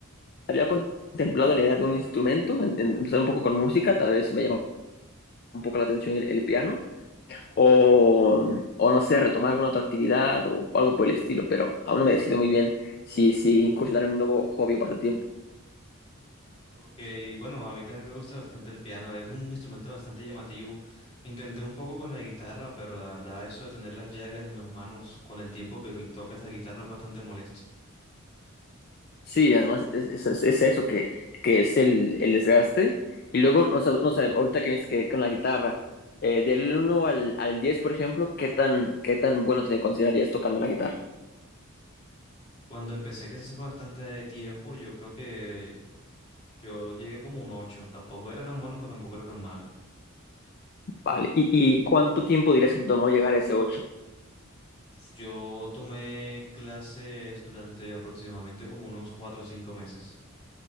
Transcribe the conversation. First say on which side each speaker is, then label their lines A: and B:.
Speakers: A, on the left; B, on the left.
A: había contemplado la idea de un instrumento, en- en empezar un poco con música, tal vez me llama un poco la atención el, el piano, o, o no sé, retomar alguna otra actividad o, algo por el estilo, pero aún no me decido muy bien si, si incursionar en un nuevo hobby o pasatiempo.
B: Ok, bueno, a mí también me gusta bastante el piano, es un instrumento bastante llamativo. Intenté un poco con la guitarra, pero la verdad eso de tener las llagas en las manos con el tiempo que tocas la guitarra es bastante molesto.
A: Sí, además es, es- es- es eso que, que es el, el desgaste. Y luego, no sé, no sé, ahorita que ves que con la guitarra, eh, del uno al, al 10 por ejemplo, ¿qué tan, qué tan bueno te considerarías tocando la guitarra?
B: Cuando empecé, que se fue bastante tiempo, yo creo que yo llegué como un 8. Tampoco era tan bueno, pero tampoco era tan malo.
A: Vale. ¿Y, y cuánto tiempo dirías que te tomó llegar a ese ocho
B: Yo tomé clases durante aproximadamente como unos 4 o 5 meses.